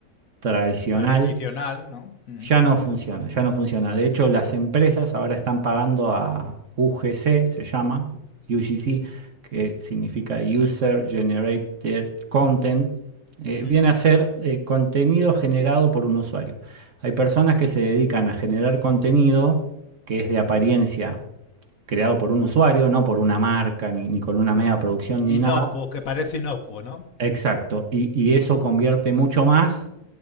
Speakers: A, on the right; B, on the left.
A: tradicional.
B: Tradicional, ¿no? Ujú,
A: Ya no funciona, ya no funciona. De hecho, las empresas ahora están pagando a UGC, se llama, UGC,
B: ujú,
A: que significa User Generated Content. Eh,
B: ujú.
A: viene a ser eh, contenido generado por un usuario. Hay personas que se dedican a generar contenido que es de apariencia creado por un usuario, no por una marca, ni, ni con una mega producción, ni
B: Inocuo,
A: nada.
B: que parece inocuo, ¿no?
A: Exacto. Y, y eso convierte mucho más